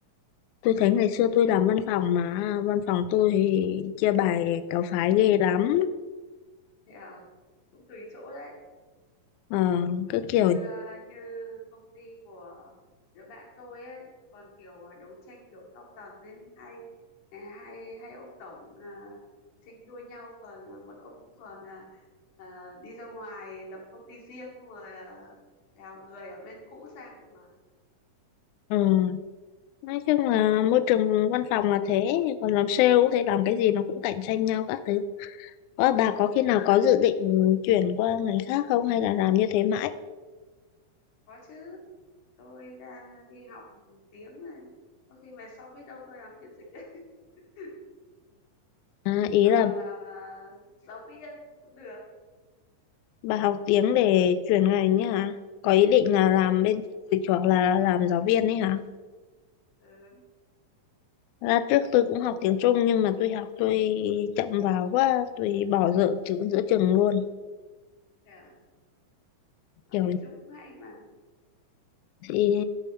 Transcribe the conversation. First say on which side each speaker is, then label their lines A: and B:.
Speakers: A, on the left; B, on the left.
A: Tôi thấy ngày xưa tôi làm văn phòng mà văn phòng tôi thì chia bài cáo phái ghê lắm.
B: thế à cũng tùy chỗ đấy
A: Ờ, cứ
B: như
A: kiểu
B: ờ, như công ty của đứa bạn tôi ấy còn kiểu ờ, đấu tranh kiểu cao tầng ấy hay ờ, hay hay ông tổng ờ, tranh đua nhau còn ờ, một ông còn ờ, ờ, đi ra ngoài lập công ty riêng xong rồi ờ, đào người ở bên cũ sang cơ mà
A: ừ. Nói chung là môi trường văn phòng là thế, còn làm sale cũng thế làm cái gì nó cũng cạnh tranh nhau các thứ. Ờ, bà có
B: Ờ,
A: khi nào có dự định chuyển qua ngành khác không hay là làm như thế mãi?
B: có chứ tôi đang ờ, đi học tiếng này có khi về sau biết đâu tôi làm phiên dịch <laughs>
A: À, ý
B: hoặc
A: là
B: là làm ờ, giáo viên cũng được
A: Bà học tiếng để chuyển ngành ấy hả? Có ý định là làm
B: ừ,
A: bên dịch hoặc là làm giáo viên ấy hả?
B: ừ.
A: Ra trước tôi cũng học tiếng Trung nhưng mà tôi học tôi chậm vào quá, tôi bỏ dở chữ giữa chừng luôn.
B: Thế à? học
A: Kiểu
B: tiếng Trung cũng hay mà
A: thì